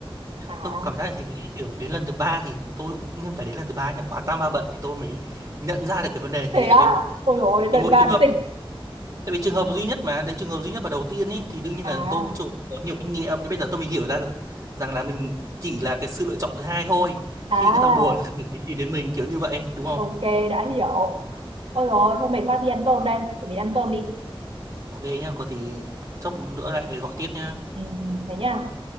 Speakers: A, on the right; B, on the right.
A: à
B: tôi cũng cảm giác là thế kiểu đến lần thứ ba thì tôi cũng nhưng phải đến lần thứ ba nhá quá tam ba bận thì tôi mới nhận ra được cái vấn đề thế
A: thế
B: tại
A: á
B: vì
A: ôi dồi ôi, đến lần
B: cái một
A: thứ ba
B: trường hợp
A: mới tỉnh
B: tại vì trường hợp duy nhất mà đấy trường hợp duy nhất và đầu tiên ấy thì đương nhiên
A: à
B: là tôi cũng chủ có nhiều kinh nghiệm nên bây giờ tôi mới hiểu ra rằng là mình chỉ là cái sự lựa chọn thứ hai thôi
A: à
B: khi người ta buồn <laughs> thì người ta mới tìm đến mình kiểu như vậy đúng không
A: ok đã hiểu ôi dồi ôi, thôi mệt quá đi ăn cơm đây chuẩn bị ăn cơm đi
B: ok nhá có gì chốc nữa lại gọi tiếp nhá
A: ừ, ừ, thế nhá